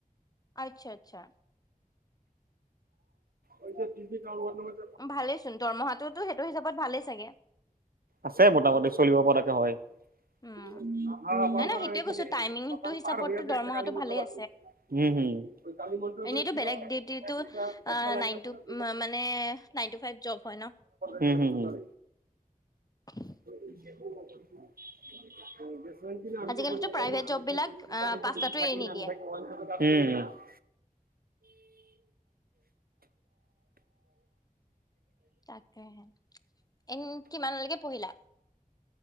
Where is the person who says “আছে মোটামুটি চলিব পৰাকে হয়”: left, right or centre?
Right